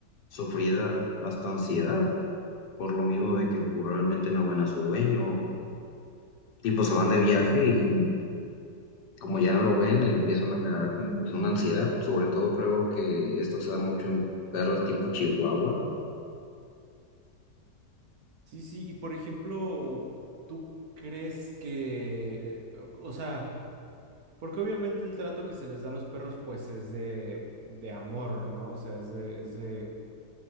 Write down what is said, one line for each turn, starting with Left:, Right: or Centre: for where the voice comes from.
Left: sufrir a- hasta ansiedad por lo mismo de que probablemente no ven a su dueño, tipo se van de viaje y como ya no lo ven empiezan a generar como pues una ansiedad, sobre todo creo que esto se da mucho en perros tipo Chihuahua.
Right: Sí, sí, y por ejemplo, ¿tú crees que, o o sea... Porque obviamente el trato que se les da a los perros, pues es de, de amor, ¿no? O sea, es de, es de,